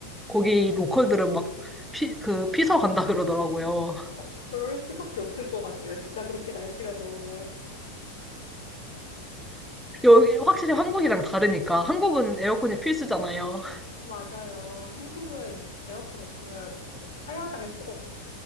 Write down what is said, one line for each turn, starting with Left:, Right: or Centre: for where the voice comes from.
Centre: 거기 로컬들은 막 피, 그 피서 간다 그러더라고요.
Left: 어, 그럴 수밖에 없을 것 같네요. 진짜 그렇게 날씨가 더우면.
Centre: 여기 확실히 한국이랑 다르니까 한국은 에어컨이 필수잖아요.
Left: 어, 맞아요. 한국은 에어컨 없으면 진짜 살아갈 수가 없어요.